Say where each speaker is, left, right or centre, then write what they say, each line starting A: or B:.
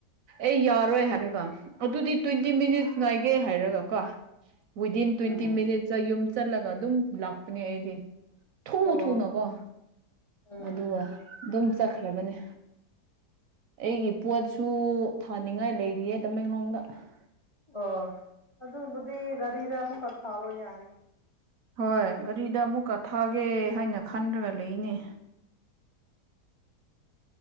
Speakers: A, on the right; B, on the left.
A: ꯑꯩ ꯌꯥꯔꯣꯏ ꯍꯥꯏꯔꯒ ꯑꯗꯨꯗꯤ ꯇꯣꯏꯟꯇꯤ ꯃꯤꯅꯤꯠꯁ ꯉꯥꯏꯒꯦ ꯍꯥꯏꯔꯒ ꯀꯣ ꯋꯤꯗꯤꯟ ꯇꯣꯏꯟꯇꯤ
B: ꯎꯝ
A: ꯃꯤꯅꯤꯠꯁ ꯌꯨꯝ ꯆꯠꯂꯒ ꯑꯗꯨꯝ ꯂꯥꯛꯄꯅꯦ ꯑꯩꯗꯤ ꯊꯨꯎ
B: ꯑꯣ
A: ꯊꯨꯅꯀꯣ
B: ꯎꯝ
A: ꯑꯗꯨꯒ ꯑꯗꯨꯝ ꯆꯠꯈ꯭ꯔꯕꯅꯦ ꯑꯩꯒꯤ ꯄꯣꯠꯁꯨ ꯊꯥꯅꯤꯡꯉꯥꯏ ꯂꯩꯔꯤꯌꯦ ꯇꯃꯦꯡꯂꯣꯡ ꯆꯠꯈ꯭ꯔꯕꯅꯦ <unintelligible>
B: ꯑꯣ ꯑꯗꯨ ꯕꯨꯗꯤ ꯒꯔꯤꯗ ꯑꯃꯨꯛ ꯀ ꯊꯕ ꯌꯥꯅꯤ
A: ꯍꯣꯏ ꯒꯥꯔꯤꯗ ꯑꯃꯨꯛꯀ ꯊꯥꯒꯦ ꯍꯥꯏꯅ ꯈꯟꯗꯨꯅ ꯂꯩꯏꯅꯦ